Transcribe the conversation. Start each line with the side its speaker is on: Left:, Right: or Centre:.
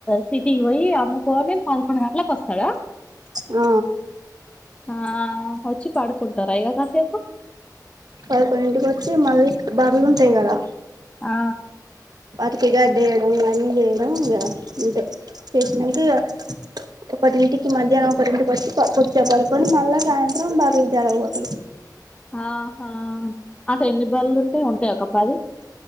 Left: సిట్ టీకి పోయి అమ్ముకోని పదకొండు గంటలకు వస్తడా
Right: ఆ
Left: ఆ వచ్చి పడుకుంటారా ఇక కాసేపు
Right: పదకొండింటికి వచ్చి మళ్ళీ బర్లుంటయి కదా
Left: ఆ
Right: వాటికీ గడ్డేయడం ఇవన్నీ చేయడం ఇక ఉంటయి చేసినంక ఇక ఒకటింటికి మధ్యాహ్నం ఒకటింటికీ వచ్చి కొదసేపు పడుకొని మళ్ళా సాయంత్రం బర్ల జాడకుపోతడు
Left: ఆహా అట ఎన్ని బళ్లుంటే ఉంటాయి ఒక పది